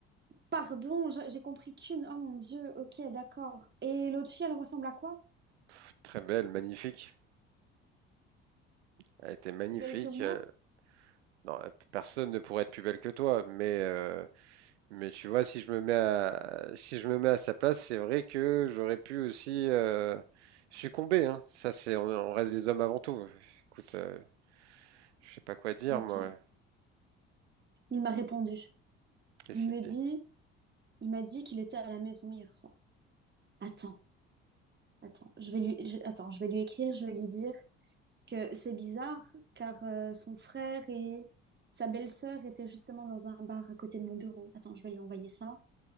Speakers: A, on the right; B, on the right.
A: pardon, je- j'ai compris qu'une. Oh mon Dieu, ok, d'accord. Et l'autre fille, elle ressemble à quoi?
B: Pff, très belle, magnifique. Elle était magnifique.
A: Plus Belle que moi?
B: euh, Non, euh, personne ne pourrait être plus belle que toi. Mais, euh, mais tu vois, si je me mets à, si je me mets à sa place, c'est vrai que j'aurais pu aussi euh, succomber. Hein. Ça, c'est, on, on reste des hommes avant tout. Écoute, euh, je sais pas quoi dire,
A: Attends,
B: moi.
A: il m'a répondu.
B: Qu'est-ce
A: Il me
B: qu'il te
A: dit,
B: dit?
A: il m'a dit qu'il était à la maison hier soir. Attends, attends, je vais lui, je- attends, je vais lui écrire, je vais lui dire. que c'est bizarre car euh, son frère et sa belle-sœur étaient justement dans un bar à côté de mon bureau. Attends, je vais lui envoyer ça.